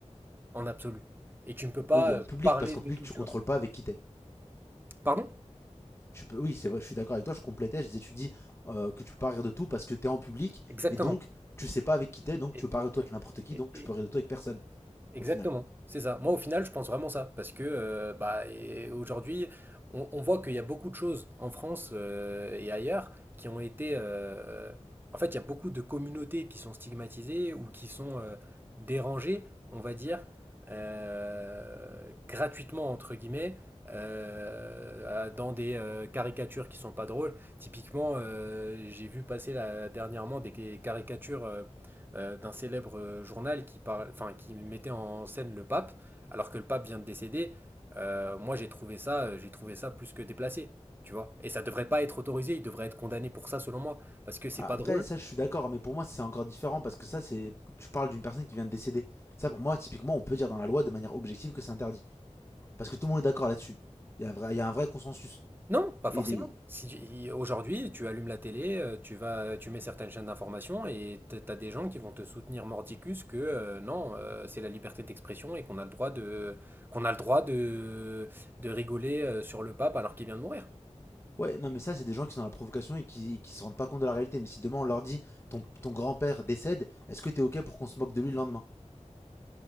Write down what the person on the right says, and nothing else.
en absolu. Et tu ne peux pas
euh,
parler
de
tout,
tu
vois.
Pardon?
Exactement.
Et-
et-
et-
Exactement,
c'est ça. Moi, au final, je pense vraiment ça, parce que euh, bah, et aujourd'hui, on, on voit qu'il y a beaucoup de choses en France euh, et ailleurs qui ont été... euh, En fait, il y a beaucoup de communautés qui sont stigmatisées ou qui sont euh, dérangées, on va dire, euh, gratuitement, entre guillemets, euh, à- dans des euh, caricatures qui sont pas drôles. Typiquement, euh, j'ai vu passer là, dernièrement des caricatures... euh, euh, d'un célèbre euh, journal qui, parle, enfin, qui mettait en scène le pape, alors que le pape vient de décéder. Euh, moi, j'ai trouvé ça, euh, j'ai trouvé ça plus que déplacé, tu vois. Et ça devrait pas être autorisé, il devrait être condamné pour ça, selon moi, parce que c'est
pas drôle.
Non, pas forcément.
Si tu- il- aujourd'hui, tu allumes la télé, euh, tu vas, tu mets certaines chaînes d'information et t- t'as des gens qui vont te soutenir mordicus que euh, non, euh, c'est la liberté d'expression et qu'on a le droit de, qu'on a le droit de, de rigoler euh, sur le pape alors qu'il vient de mourir.